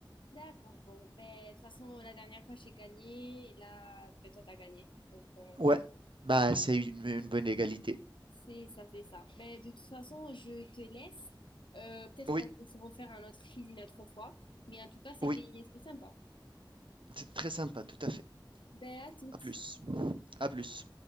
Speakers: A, on the left; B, on the right.
A: D'accord, bon, ben de toute façon, la dernière fois, j'ai gagné, et là, ben toi, t'as gagné. Donc, euh,
B: Ouais, bah c'est une, une bonne égalité.
A: c'est ça, c'est ça. Ben, de toute façon, je te laisse. Euh, peut-être
B: Oui,
A: on peut se refaire un autre quiz une autre fois. Mais en tout cas, c'était
B: oui,
A: c'était sympa.
B: c'est très sympa, tout à fait.
A: Ben, à toutes.
B: À plus. À plus.